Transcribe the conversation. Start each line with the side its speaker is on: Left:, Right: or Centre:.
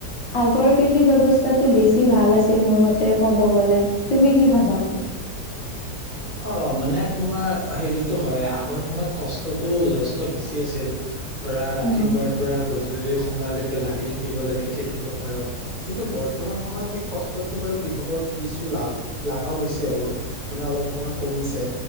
Left: আগৰ কৃষি ব্যৱস্থাটো বেছি ভাল আছিল মোৰ মতে কব গ'লে, তুমি কি ভাবা?
Right: অ মানে তোমাৰ সেইটোতো হয়, আগৰ সময়ত কষ্টতটো যথেষ্ট বেছি আছিল। ধৰা ৰাতিপুৱাৰ
Left: উম,
Right: পৰা গধূলি সময়লৈকে লাগি থাকিব লাগে খেতি পথাৰত। কিন্তু বৰ্তমান সময়ত সেই কষ্টতটো বাৰু কৃষকৰ কিছু লা-লাঘৱ হৈছে আৰু। মানে অলপ সময় কমিছে।